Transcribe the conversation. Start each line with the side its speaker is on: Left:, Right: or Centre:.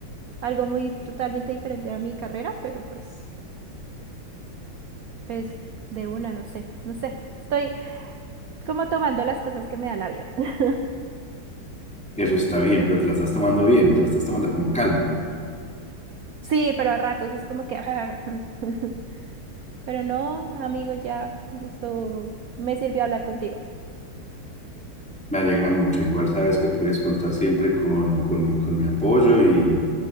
Right: Algo muy totalmente diferente a mi carrera, pero pues, pues de una, no sé, no sé. Estoy como tomando las cosas que me da la vida. <laughs>
Centre: Eso está bien, pero te la estás tomando bien, te la estás tomando con calma.
Right: Sí, pero a ratos es como que... <laughs> Pero no, amigo, ya esto me sirvió hablar contigo.
Centre: Me alegra mucho. Igual sabes que puedes contar siempre con, con, con mi apoyo y,